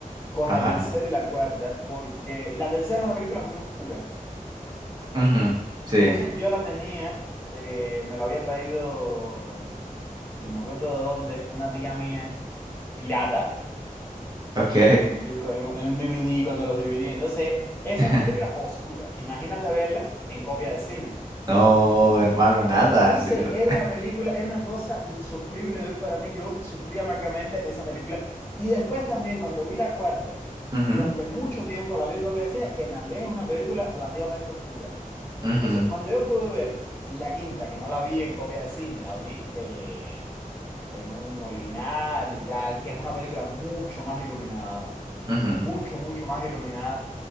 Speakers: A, on the left (about 15°); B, on the right (about 30°).
A: con
B: Ajá.
A: la tercera y la cuarta, porque la tercera es una película muy oscura.
B: Ujú, Sí.
A: Entonces yo la tenía, eh, me la había traído, ni me acuerdo de dónde, una tía mía, pirata, eh,
B: Ok.
A: en un disco, en un, en un DVD cuando los dividí. Entonces, esa
B: <laughs>
A: es una película oscura. Imagínate verla en copia de cine.
B: No, hermano, nada,
A: Entonces,
B: literal.
A: era una película, era una cosa insufrible de ver para mí. Yo sufría amargamente esa película. Y después también, cuando vi la cuarta,
B: Ujú,
A: durante mucho tiempo la vi en copia de cine, que también es una película relativamente oscura.
B: ujú,
A: Entonces, cuando yo pude ver la quinta, que no la vi en copia de cine, la vi eh, en un original y tal, que es una película mucho más iluminada,
B: ujú.
A: mucho, mucho más iluminada,